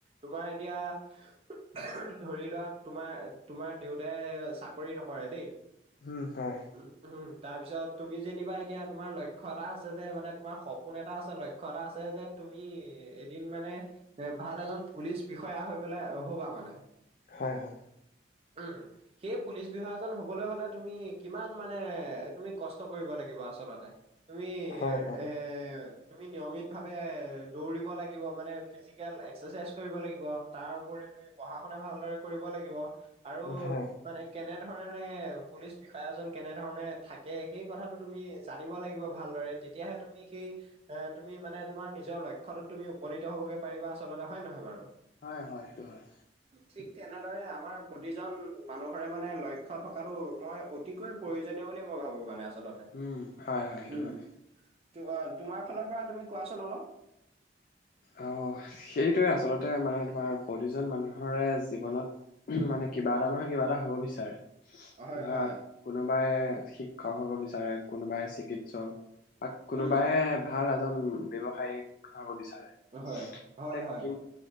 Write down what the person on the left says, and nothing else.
উম। হয়।
হয়। হয়।
হয়, হয়,
হয়।
হয় হয় সেইটো হয়।
উম হয় হয়। সেইটো
হয়
আহ সেইটোৱে আচলতে মানে তোমাৰ প্ৰতিজন মানুহৰে জীৱনত। মানে কিবা এটা নহয় কিবা এটা হ'ব বিচাৰে।
ধৰা
কোনোবাই শিক্ষক হ'ব বিচাৰে। কোনোবাই চিকিৎসক বা কোনোবাই
ভাল এজন ব্যৱসায়িক হব বিচাৰে।
এতিয়া
কি